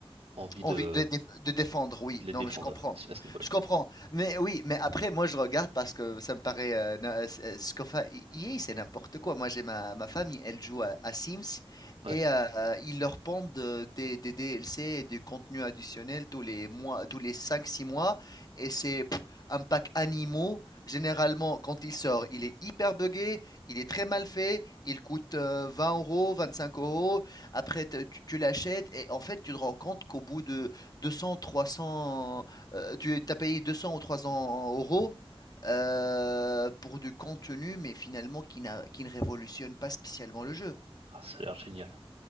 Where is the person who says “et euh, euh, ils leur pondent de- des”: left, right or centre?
Left